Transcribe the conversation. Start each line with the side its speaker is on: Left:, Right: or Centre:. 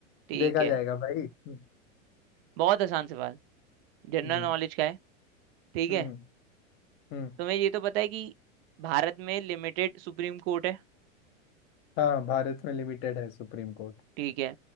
Right: ठीक
Left: देखा
Right: है
Left: जाएगा भाई हम्म
Right: बहुत आसान सवाल जनरल
Left: हम्म
Right: नॉलेज का है ठीक
Left: हम्म
Right: है
Left: हम्म।
Right: तुम्हें ये तो पता है कि भारत में लिमिटेड सुप्रीम कोर्ट है
Left: हाँ भारत में लिमिटेड है सुप्रीम कोर्ट
Right: ठीक है